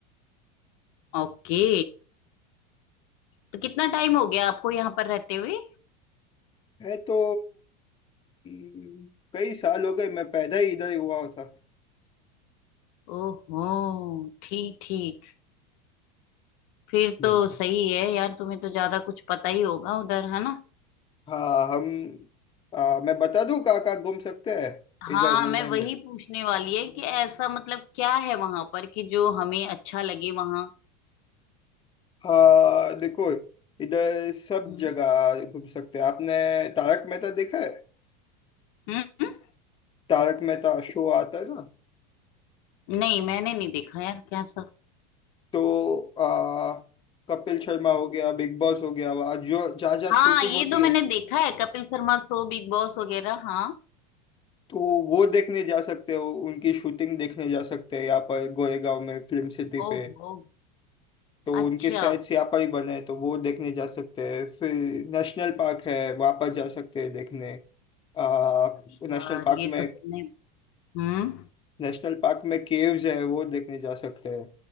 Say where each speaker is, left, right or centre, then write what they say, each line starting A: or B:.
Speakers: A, on the left; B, on the left.
A: ओके तो कितना टाइम हो गया आपको यहाँ पर रहते हुए
B: है तो हम्म, कई साल हो गए मैं पैदा ही इधर ही हुआ था
A: ओहो ठीक ठीक फिर
B: जी
A: तो
B: जी
A: सही है यार तुम्हें तो ज्यादा कुछ पता ही होगा उधर है ना
B: हाँ हम आ, मैं बता दूँ कहाँ कहाँ घूम सकते हैं
A: हाँ
B: इधर मुंबई
A: मैं
B: में
A: वही पूछने वाली है कि ऐसा मतलब क्या है वहां पर कि जो हमें अच्छा लगे वहां
B: आ, देखो इधर सब
A: हम्म
B: जगह घूम सकते हैं आपने तारक मेहता देखा है
A: हम्म? हम्म।
B: तारक मेहता शो आता है ना
A: नहीं मैंने नहीं देखा यार क्या सब
B: तो आ, कपिल शर्मा हो गया बिग बॉस हो गया वहाँ जो जहाँ जहाँ
A: हाँ
B: शूटिंग
A: ये
B: होती
A: तो मैंने
B: है
A: देखा है Kapil Sharma show Bigg Boss वगैरह हाँ
B: तो वो देखने जा सकते हो उनकी शूटिंग देखने जा सकते हैं यहाँ पर गोरेगांव में फिल्म सिटी
A: ओहो
B: पे तो
A: अच्छा
B: उनके सेट्स यहाँ पर ही बने हैं तो वो देखने जा सकते हैं फिर नेशनल पार्क है वहाँ पर जा सकते हैं देखने आ, नेशनल
A: यार
B: पार्क
A: ये
B: में
A: तो तुमने हम्म
B: नेशनल पार्क में केव्स है वो देखने जा सकते हैं